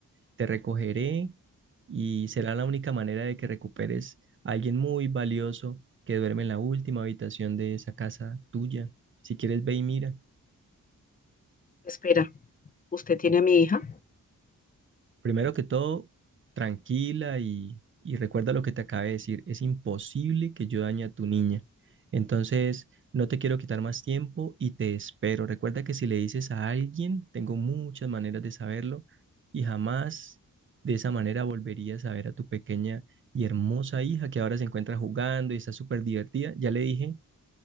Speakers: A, on the right; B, on the left.
A: Te recogeré y será la única manera de que recuperes a alguien muy valioso que duerme en la última habitación de esa casa tuya. Si quieres, ve y mira.
B: Espera, ¿usted tiene a mi hija?
A: Primero que todo, tranquila y, y recuerda lo que te acabé de decir. Es imposible que yo dañe a tu niña. Entonces, no te quiero quitar más tiempo y te espero. Recuerda que si le dices a alguien, tengo muchas maneras de saberlo y jamás de esa manera volverías a ver a tu pequeña y hermosa hija que ahora se encuentra jugando y está súper divertida. Ya le dije